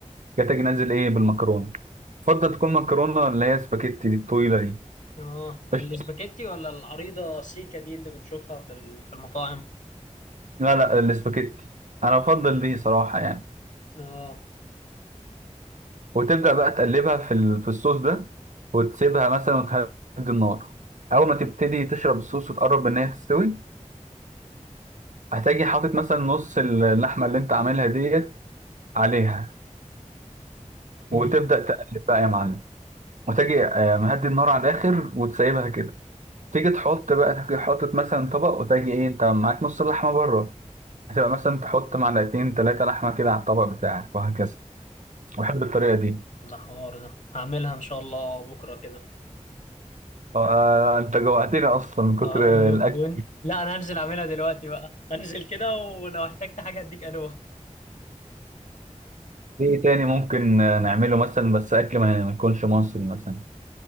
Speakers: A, on the right (about 70°); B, on the left (about 70°).
A: جاتك نازل ايه بالمكرونه افضل تكون مكرونه اللي هي سباكيتي دي الطويله دي
B: اه الاسباجيتي
A: قشطة.
B: ولا العريضة سيكا دي اللي بنشوفها في ال- في المطاعم
A: لا لا السباكيتي انا بفضل دي صراحه يعني
B: اه
A: وتبدا بقى تقلبها في ال- في الصوص ده وتسيبها مثلا وتهدي النار اول ما تبتدي تشرب الصوص وتقرب ان هي تستوي هتجي حاطط مثلا نص اللحمه اللي انت عاملها ديت عليها
B: امم
A: وتبدا تقلب بقى يا معلم وتجي آه، مهدي النار على الاخر وتسيبها كده تيجي تحط بقى تيجي حاطط مثلا طبق وتجي ايه انت معاك نص اللحمه بره هتبقى مثلا تحط معلقتين ثلاثة لحمة كده على الطبق بتاعك وهكذا بحب الطريقة دي
B: ده حوار ده هعملها ان شاء الله بكرة كده
A: آه انت جوعتني اصلا من كتر
B: اه و-
A: الاكل
B: وانت لا انا هنزل اعملها دلوقتي بقى هنزل كده ولو احتجت حاجة اديك الوه
A: في ايه تاني ممكن آه، نعمله مثلا بس اكل ما ما يكونش مصري مثلا